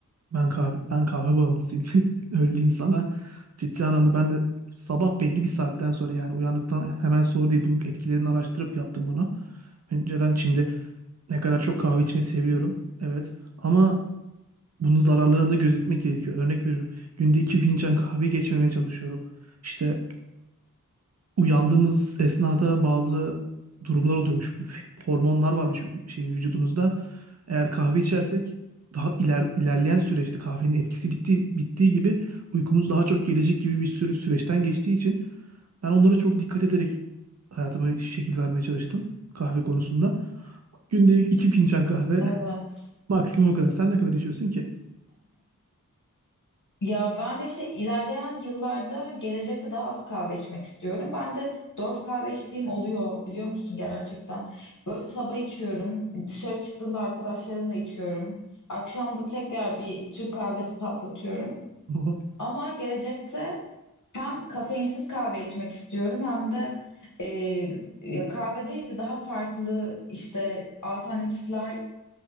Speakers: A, on the right; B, on the left.
A: Ben kahve, ben kahve bağımlısıyım. <laughs> Öyle diyeyim sana. Ciddi anlamda ben de sabah belli bir saatten sonra yani uyandıktan hemen sonra değil bunun etkilerini araştırıp yaptım bunu. Önceden şimdi ne kadar çok kahve içmeyi seviyorum. Evet. Ama bunun zararlarını da gözetmek gerekiyor. Örnek veriyorum. Günde iki fincan kahve geçmemeye çalışıyorum. İşte uyandığımız esnada bazı durumlar oluyormuş. Hormonlar varmış şey vücudumuzda. Eğer kahve içersek daha iler, ilerleyen süreçte kahvenin etkisi bitti bittiği gibi uykumuz daha çok gelecek gibi bir sürü süreçten geçtiği için ben onlara çok dikkat ederek hayatıma şekil vermeye çalıştım kahve konusunda. Günde iki fincan kahve
B: Evet.
A: <laughs> maksimum o kadar. Sen ne kadar içiyorsun ki?
B: Ya ben de işte ilerleyen yıllarda gelecekte daha az kahve içmek istiyorum. Ben de dört kahve içtiğim oluyor biliyor musun gerçekten. Böyle sabah içiyorum, dışarı çıktığımda arkadaşlarımla içiyorum. Akşam da tekrar bir Türk kahvesi patlatıyorum.
A: Oh,
B: Ama gelecekte hem kafeinsiz kahve içmek istiyorum hem de e, ya kahve değil de daha farklı işte alternatiflerle